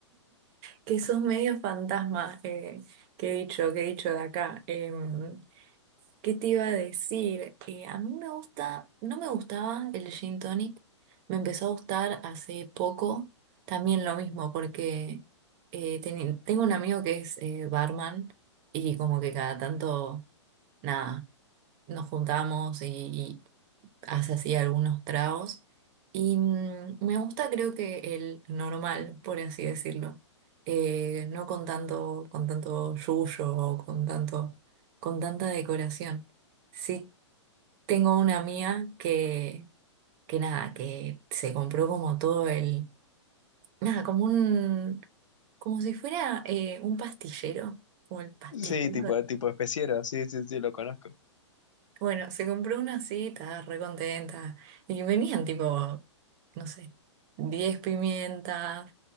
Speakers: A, on the right; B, on the left.
A: que sos medio fantasma, eh, que he dicho, que he dicho de acá. Em, ¿qué te iba a decir? Eh, a mí me gusta, no me gustaba el gin tonic, me empezó a gustar hace poco, también lo mismo, porque eh, teni- tengo un amigo que es eh, barman y como que cada tanto, nada, nos juntamos y hace así algunos tragos. Y mm, me gusta, creo que el normal, por así decirlo. Eh, no con tanto, con tanto yuyo o con tanto, con tanta decoración. Sí, tengo una mía que, que nada, que se compró como todo el, nada, como un, como si fuera eh, un pastillero, como el pastillero
B: Sí, tipo, tipo especiero, sí, sí, sí, lo conozco.
A: Bueno, se compró una así, estaba re contenta. Y venían tipo, no sé, 10 pimientas